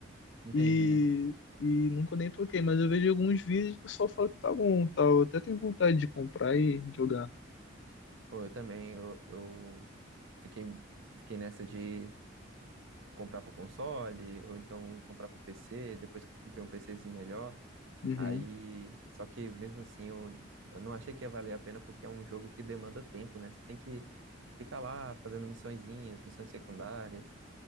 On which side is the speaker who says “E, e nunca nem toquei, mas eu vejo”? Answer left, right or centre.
Left